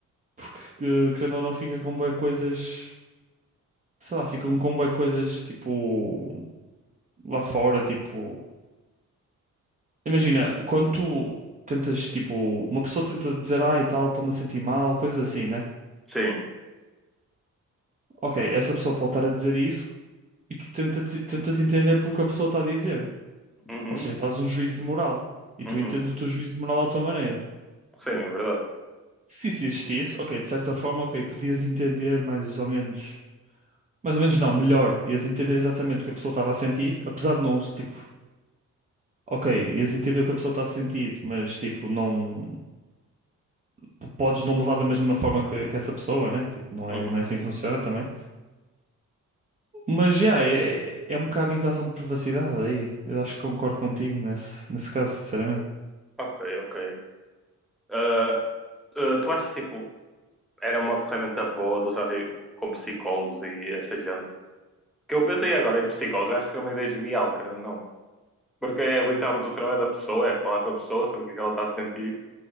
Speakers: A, on the right; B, in the centre.
A: porque, eh, querendo ou não, fica com bué coisas, sei lá, ficam com bué coisas, tipo, lá fora, tipo... Imagina, quando tu tentas, tipo, uma pessoa tenta dizer, ah, e tal, estou-me a sentir mal, coisas assim, né?
B: Sim.
A: Ok, essa pessoa pode estar a dizer isso e tu tenta, tentas entender pelo que a pessoa está a dizer.
B: Uhum.
A: Ou seja, fazes um juízo de moral e
B: Uhum.
A: tu entendes o teu juízo de moral à tua maneira.
B: Sim, é verdade.
A: Se isso existisse, ok, de certa forma, ok, podias entender mais ou menos. Mais ou menos não, melhor. Ias entender exatamente o que a pessoa estava a sentir, apesar de não, tipo, ok, ias entender o que a pessoa está a sentir, mas tipo, não p- podes não levar da mesma forma que, que essa pessoa, né? Tipo, não
B: Uhum.
A: é, não é assim que funciona também. Mas já, é, é um bocado de invasão de privacidade aí. Eu acho que concordo contigo nesse, nesse caso, sinceramente.
B: Ok, ok. Ah, ah, tu achas, tipo, era uma ferramenta boa de usar tipo, com psicólogos e essa gente? Que eu pensei agora em psicólogos, acho que é uma ideia genial, querendo ou não. Porque é literalmente o trabalho da pessoa, é falar com a pessoa, saber o que é que ela está a sentir